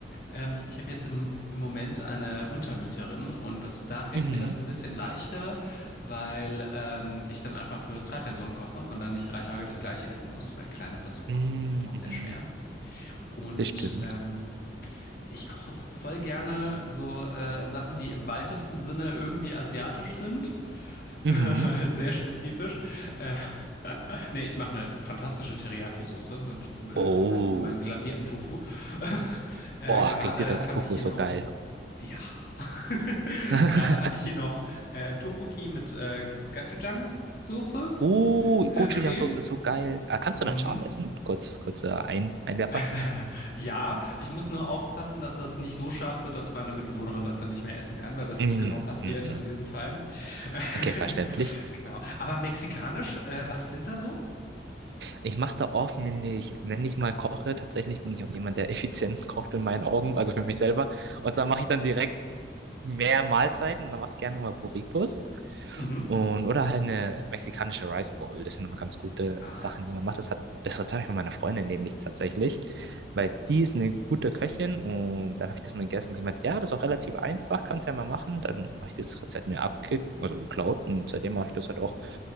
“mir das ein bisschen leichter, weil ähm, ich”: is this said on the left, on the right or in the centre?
Left